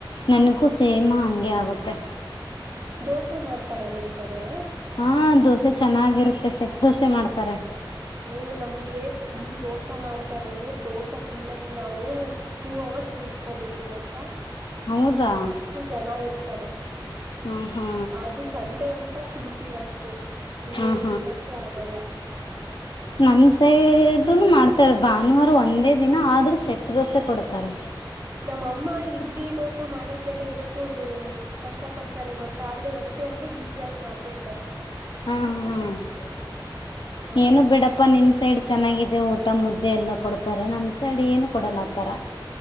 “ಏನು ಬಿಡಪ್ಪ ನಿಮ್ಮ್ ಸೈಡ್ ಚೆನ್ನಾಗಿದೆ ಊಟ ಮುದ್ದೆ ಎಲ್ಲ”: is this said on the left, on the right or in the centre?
Left